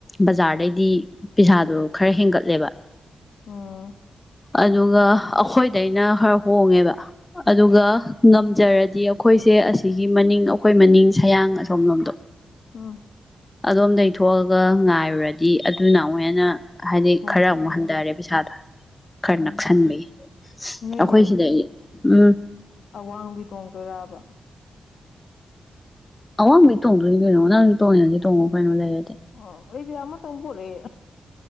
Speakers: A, on the left (about 20°); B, on the left (about 75°).
A: ꯕꯖꯥꯔꯗꯩꯗꯤ ꯄꯩꯁꯥꯗꯨ ꯈꯔ ꯍꯦꯟꯒꯠꯂꯦꯕ
B: ꯎꯝ
A: ꯑꯗꯨꯒ ꯑꯩꯈꯣꯏꯗꯩꯅ ꯈꯔ ꯍꯣꯡꯉꯦꯕ ꯑꯗꯨꯒ
B: ꯎꯝ
A: ꯖꯔꯗꯤ ꯑꯩꯈꯣꯏꯁꯦ ꯑꯁꯤꯒꯤ ꯃꯅꯤꯡ ꯑꯩꯈꯣꯏ ꯃꯅꯤꯡ ꯁꯌꯥꯡ ꯑꯁꯣꯝ ꯂꯣꯝꯗ
B: ꯑ
A: ꯑꯗꯣꯝꯗꯩꯊꯣꯛꯑꯒ ꯉꯥꯏꯕ ꯑꯗꯨꯨꯔꯗꯤ ꯑꯗꯨꯅ ꯑꯃꯨꯛ ꯍꯦꯟꯅ ꯍꯥꯏꯗꯤ
B: ꯊꯣꯡ
A: ꯈꯔ ꯑꯃꯨꯛ
B: ꯎꯝ
A: ꯍꯟꯊꯔꯦ ꯄꯩꯁꯥꯗꯣ ꯈꯔ
B: ꯎꯝ
A: ꯅꯛꯁꯟꯕ
B: ꯅꯣꯏꯁꯦ
A: ꯑꯩꯈꯣꯏ ꯁꯤꯗ ꯎꯝ
B: ꯑꯋꯥꯡꯕꯤ ꯇꯣꯡꯗꯣꯏꯔꯕ
A: ꯑ ꯃꯤꯃꯤ ꯊꯣꯡ ꯄꯩꯅꯅꯣꯅꯅ ꯊꯣꯡꯁꯤ ꯊꯣꯡꯣ ꯄꯅꯣ ꯂꯩ
B: ꯑꯣ ꯑꯩꯗꯤꯃ ꯃꯇꯝꯕꯨꯣꯔꯦ